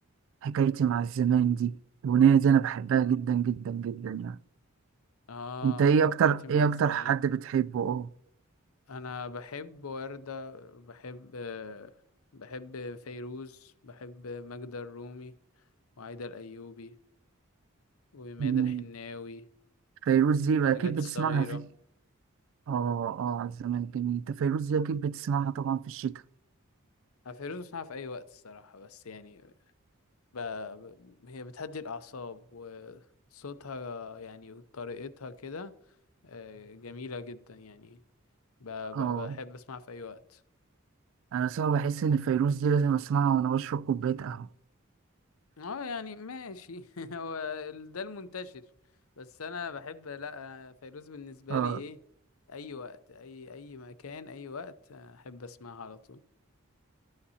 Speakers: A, on the right (about 65°); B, on the left (about 80°).
A: حكايتي مع الزمان دي الأغنية دي أنا بحبها جدا جدا جدا يعني
B: اه
A: أنت إيه
B: حكايتي
A: أكتر
B: مع
A: إيه
B: الزمان
A: أكتر حد بتحبه أه
B: انا بحب وردة بحب اه بحب فيروز بحب ماجدة الرومي وعايدة الايوبي وميادة
A: مم.
B: الحناوي
A: فيروز دي بقى أكيد
B: نجاة الصغيرة
A: بتسمعها في أه أه على الزمان الجميل أنت فيروز دي أكيد بتسمعها طبعا في الشتاء
B: أنا فيروز بسمعها في أي وقت الصراحة بس يعني ب... ب... هي بتهدي الأعصاب وصوتها يعني وطريقتها كده آه، جميلة جدا يعني ب... ب...
A: أه
B: بحب أسمعها في أي وقت
A: أنا صعب بحس إن فيروز دي لازم أسمعها وأنا بشرب كوباية قهوة
B: اه يعني ماشي <laughs> هو ال- ده المنتشر بس أنا بحب لأ فيروز بالنسبة
A: أه
B: لي إيه أي وقت أي أي مكان أي وقت آه، أحب أسمعها على طول